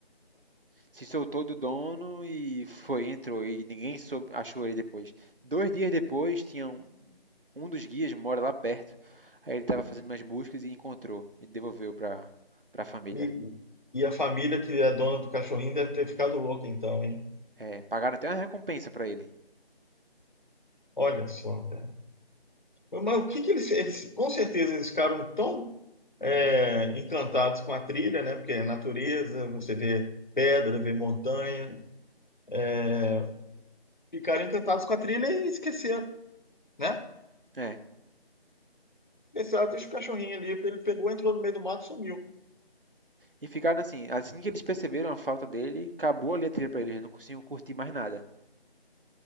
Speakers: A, on the right (about 60°); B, on the left (about 50°).
A: Se soltou do dono e foi, entrou e ninguém soube, achou ele depois. Dois dias depois, tinha um, um dos guias mora lá perto. Aí ele estava fazendo umas buscas e encontrou e devolveu para para a família.
B: E, e a família que é dona do cachorrinho deve ter ficado louca então, hein?
A: É, pagaram até uma recompensa para ele.
B: Olha só, cara. Mas o que que eles, eles com certeza eles ficaram tão é, encantados com a trilha, né? Porque é natureza, você vê pedra, vê montanha, é, ficaram encantados com a trilha e esqueceram, né?
A: É.
B: Esqueceram, deixa o cachorrinho ali, ele pegou, entrou no meio do mato, e sumiu.
A: E ficaram assim, assim que eles perceberam a falta dele, acabou ali a trilha para eles, não conseguiam curtir mais nada.